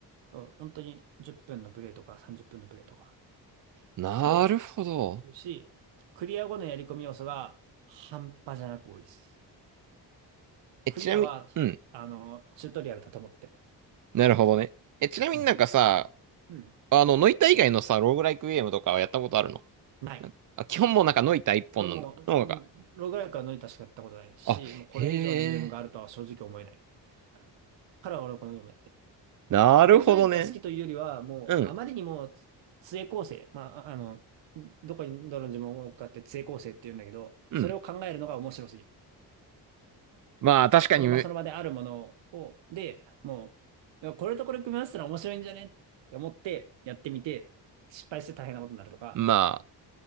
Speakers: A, on the right; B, on the right.
A: そう本当に10分のプレイとか30分のプレイとか。
B: なるほど。
A: で、そういうし、クリア後のやり込み要素が半端じゃなく多いです。
B: え、
A: クリアは、
B: ちなみに、うん。
A: あの、チュートリアルだと思って。
B: なるほどね。え、ちなみになんかさ、
A: うんうん。
B: あの、ノイタ以外のさ、ローグライクゲームとかはやったことあるの
A: ない。
B: なんかあ、基本もうなんかノイタ一本なんだ。
A: 俺もう、うん、
B: の方が。
A: ローグライクは乗りタしかやったことないし、
B: あ、
A: もうこれ以上のゲームがあるとは正直思えない。
B: へえ。
A: から俺はこのゲームやってる
B: なるほどね。
A: ローグライクが好きというよりは、もう、
B: うん、
A: あまりにも、杖構成。まあ、ああの、どこにどの呪文を置くかって杖構成って言うんだけど、
B: うん。
A: それを考えるのが面白すぎる。
B: まあ、確かに、
A: その場その場であるものを、で、もう、いやこれとこれ組み合わせたら面白いんじゃねって思ってやってみて、失敗して大変なことになるとか、
B: ま